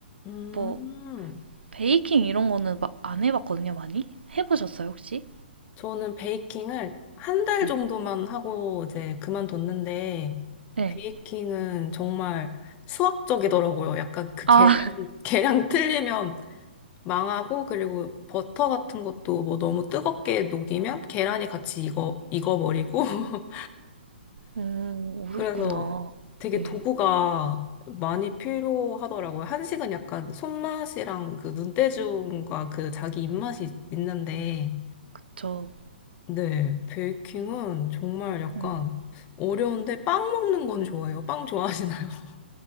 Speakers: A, on the left (about 25°); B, on the right (about 70°).
A: 음,
B: 뭐, 베이킹 이런 거는 마- 안 해봤거든요, 많이? 해보셨어요, 혹시?
A: 저는 베이킹을 한 달
B: 네.
A: 정도만 하고 이제 그만뒀는데,
B: 네.
A: 베이킹은 정말 수학적이더라고요. 약간 그
B: 아,
A: 계량,
B: <laughs>
A: 계량 틀리면 망하고, 그리고 버터 같은 것도 뭐 너무 뜨겁게 녹이면 계란이 같이 익어, 익어버리고, <laughs>
B: 음, 어렵구나.
A: 그래서 되게
B: 네.
A: 도구가 많이 필요하더라고요. 한식은 약간 손맛이랑 그 눈대중과 그 자기 입맛이 있는데,
B: 저,
A: 네, 베이킹은 정말 약간
B: 음.
A: 어려운데 빵 먹는 건 좋아해요. 빵 좋아하시나요? <laughs>